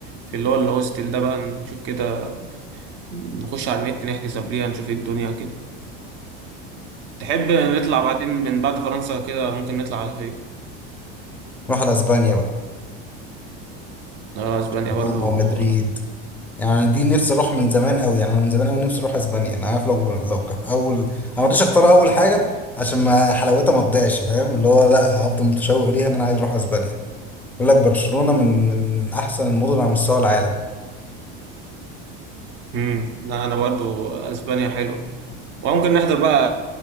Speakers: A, on the right; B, in the centre.
A: في اللي هو الهوستل ده بقى نشوف كده نخش على النت نحجز قبليها نشوف ايه الدنيا كده تحب نطلع بعدين من بعد فرنسا كده ممكن نطلع على فين
B: نروح على اسبانيا بقى
A: آه، اسبانيا
B: برشلونة
A: برضو
B: ومدريد يعني أنا دي نفسي اروح من زمان قوي يعني انا من زمان قوي نفسي اروح اسبانيا انا عارف لو لو كان اول انا ما رضيتش اختار اول حاجه عشان ما حلاوتها ما تضيعش فاهم اللي هو لا هفضل متشوق ليها ان انا عايز اروح اسبانيا بيقول لك برشلونه من من احسن المدن على مستوى العالم
A: امم لا انا برضو اسبانيا حلوه وممكن نحضر بقى